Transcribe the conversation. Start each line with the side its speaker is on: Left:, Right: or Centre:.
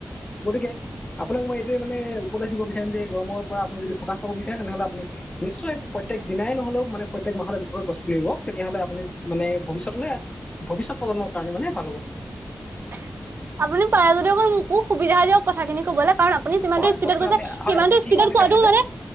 Left: গতিকে আপোনাক মই এইতোৱে মানে উপদেশ দিব বিচাৰিম যে এই গৰমৰ পৰা যদি সকাহ পাব বিচাৰে, তেনেহ'লে আপুনি নিশ্চয় প্ৰত্যেক দিনাই নহলে মানে প্ৰত্যেক মাহত এজোপা গছ পুলি ৰোওক, তেতিয়াহলে আপুনি মানে ভৱিষ্যৎ, ভৱিষ্যৎ প্ৰজন্মৰ কাৰণে মানে ভা ভাল হ'ব।
Right: <inaudible> আপুনি পাৰে যদি অকন মোকো সুবিধা দিয়ক, কথাখিনি কবলৈ? কাৰণ আপুনি যিমানটো
Left: হয়
Right: স্পীডত
Left: কওক ছাৰ
Right: কৈছে,
Left: আপুনি হয়
Right: সিমানটো
Left: আপুনি কি
Right: স্পীডত
Left: ক'ব বিচাৰিছিলে?
Right: কোৱাটো মানে,